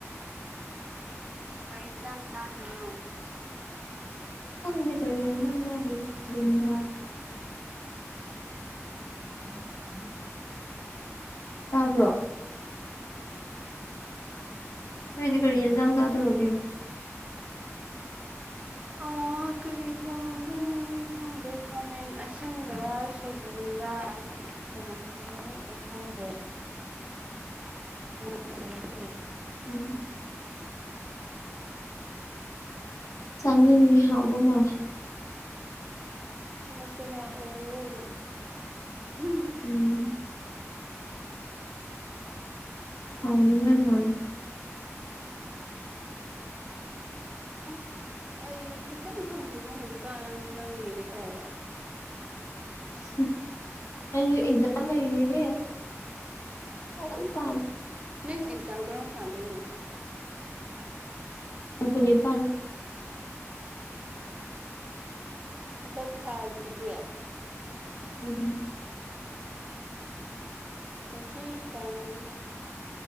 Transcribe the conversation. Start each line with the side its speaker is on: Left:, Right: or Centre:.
Right: ꯀꯔꯤ ꯏꯟꯁꯥꯡ ꯆꯥꯗꯣꯏꯅꯣ
Left: ꯈꯪꯗꯦ ꯀꯔꯤ ꯌꯦꯟꯁꯥꯡ ꯆꯥꯗꯣꯏꯅꯣ ꯒ꯭ꯌꯥꯟ ꯇꯥꯗꯦ
Right: <unintelligible>
Left: ꯇꯥꯕ꯭ꯔꯣ
Right: <unintelligible>
Left: ꯅꯣꯏꯗꯤ ꯀꯔꯤ ꯌꯦꯟꯖꯥꯡ ꯆꯥꯗꯧꯔꯒꯦ
Right: ꯑ ꯀꯔꯤ ꯊꯣꯡꯒꯅꯤ ꯈꯪꯗꯦ ꯈꯥꯃꯦꯟ ꯑꯁꯤꯟꯕꯔꯥ ꯁꯣꯏꯕꯨꯝꯂꯥ <unintelligible> ꯑꯩ ꯈꯪꯗꯦ ꯎꯪ <unintelligible>
Left: ꯎꯝ ꯆꯥꯅꯤꯡꯉꯤ ꯍꯥꯎꯗꯧ ꯃꯥꯜꯂꯦ
Right: ꯆꯥꯁꯦ ꯂꯥꯛꯑꯣ <unintelligible>
Left: ꯎꯝ ꯍꯥꯎꯅꯤꯡꯉꯥꯏ ꯃꯥꯟꯂꯤ
Right: ꯑꯁ ꯑꯩ ꯁꯨꯡꯁꯪ ꯁꯪꯗꯦꯉꯣ ꯍꯧꯖꯤꯛꯀꯥꯟ ꯐꯤꯂꯝ ꯌꯦꯡꯒꯦ ꯇꯧꯔꯒ
Left: <unintelligible> ꯑꯩꯁꯨ ꯑꯦꯛꯖꯥꯝ ꯂꯩꯔꯤꯅꯦ ꯏꯕꯦꯝꯃꯥ ꯂꯥꯏꯔꯤꯛꯀꯥ ꯑꯝ ꯄꯥꯗꯦ
Right: ꯅꯪ ꯑꯦꯛꯖꯥꯝ ꯀꯔꯝ ꯀꯥꯟꯗꯩꯅꯣ
Left: ꯇꯥꯡ ꯀꯨꯅꯤꯄꯥꯟ
Right: ꯍꯟꯗꯛ ꯊꯥꯁꯤꯒꯤ
Left: ꯎꯝ
Right: ꯉꯁꯤ ꯇꯥꯡ